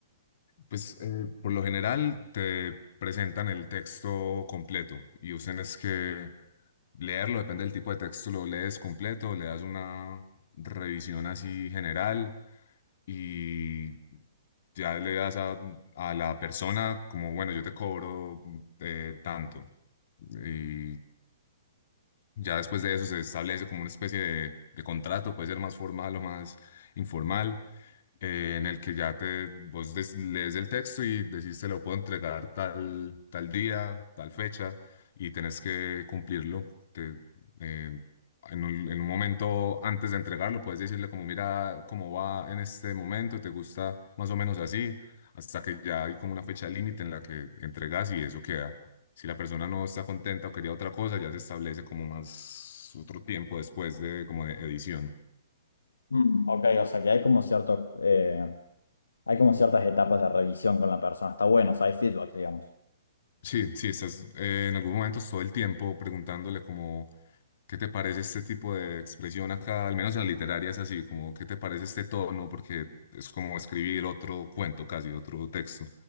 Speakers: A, on the left; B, on the left.
A: Pues eh, por lo general te presentan el texto completo y usen es que leerlo, depende del tipo de texto, lo lees completo, le das una revisión así general y ya le das a, a la persona como, bueno, yo te cobro eh, tanto. Y ya después de eso se establece como una especie de, de contrato, puede ser más formal o más informal, eh, en el que ya te, vos des- lees el texto y decís te lo puedo entregar tal, tal día, tal fecha, y tenés que cumplirlo. Te- eh, en un, en un momento antes de entregarlo, puedes decirle como, mira cómo va en este momento, te gusta más o menos así, hasta que ya hay como una fecha límite en la que entregas y eso queda. Si la persona no está contenta o quería otra cosa, ya se establece como más otro tiempo después de como de edición.
B: Mm, ok, o sea que hay como cierto, eh, hay como ciertas etapas de revisión con la persona. Está bueno, o sea, hay feedback, digamos.
A: Sí, sí, estás eh, en algunos momentos todo el tiempo preguntándole como, ¿qué te parece este tipo de expresión acá? Al menos en la literaria es así, como, ¿qué te parece este tono? Porque es como escribir otro cuento casi, otro texto.